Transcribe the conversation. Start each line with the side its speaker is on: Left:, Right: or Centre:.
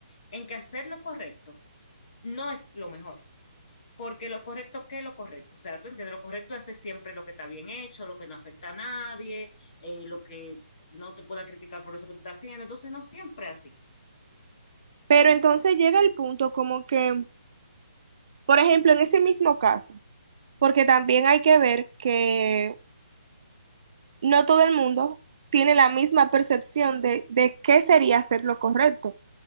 Left: en que hacer lo correcto no es lo mejor. Porque lo correcto, ¿qué es lo correcto? O sea, tú entiendes, lo correcto es hacer siempre lo que está bien hecho, lo que no afecta a nadie, eh, lo que no te puedan criticar por eso que tú estás haciendo. Entonces, no siempre es así.
Right: Pero entonces llega el punto como que, por ejemplo, en ese mismo caso, porque también hay que ver que No todo el mundo tiene la misma percepción de, de qué sería hacer lo correcto.